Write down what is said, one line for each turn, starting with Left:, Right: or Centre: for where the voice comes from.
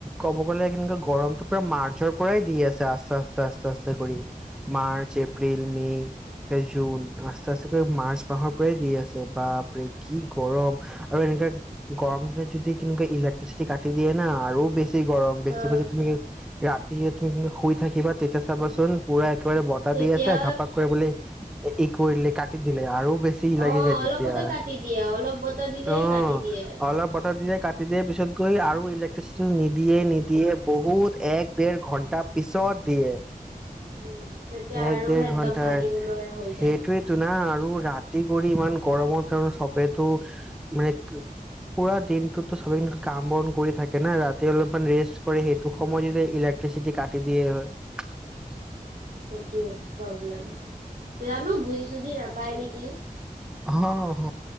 Centre: ক'ব গ'লে কেনেকে গৰমটো পুৰা মাৰ্চৰ পৰাই দি আছে আছ আচতে আস্তে আস্তে কৰি মাৰ্চ এপ্ৰিল মে তে জুন আস্তে আস্তে কৰি মাৰ্চ মাহৰ পৰাই দি আছে বাপ ৰে কি গৰম আৰু এনেকা গৰম দিনত যদি কেনেকুৱা ইলেক্ট্ৰিচিটি কাটি দিয়ে না আৰু বেছি বেছি গৰম বেছি
Right: হা
Centre: বেছি তুমি ৰাত তিয়া তুমি শুই থাকি থিবা তেতিয়া চাবাচোন পুৰা একেবাৰে বতাহ
Right: তেতিয়া
Centre: দি আছে ঘাপাক কৰে বুলে ই কৰিলে কাটি দিলে আৰু বেছি লাগি
Right: অ
Centre: যায়
Right: অলপতে
Centre: তেতিয়া
Right: কাটি দিয়ে অলপ বতাহ দিলেই
Centre: অ'
Right: কাটি দিয়ে
Centre: অলপ বতাহ দিলে কাটি দিয়াৰ পিছত গৈ আৰু ইলেক টো নিদিয়ে নিদিয়ে বহুত এক দেৰ ঘন্টা পিছত য়ে
Right: উম তেতিয়া
Centre: এক
Right: আৰুহে
Centre: দেৰ
Right: একদম
Centre: ঘন্টাই
Right: থাকিব
Centre: সেইটোৱেইতো
Right: নোৱাৰা হৈ যায়
Centre: না আৰু ৰাতি কৰি ইমান গৰমত কাৰণে সবেতো মানে পুৰা দিনটোতো সবেই কাম বন কৰি থাকে না ৰাতি অলপমান ৰেষ্ট কৰে সেইটো সময় যদি ইলেক্ট্ৰিচিটি কাটি দিয়ে হয়
Right: হেটোৱেটো প্ৰব্লেম জানো বুজি চুজি নাপায় নিক কি
Centre: অহ হ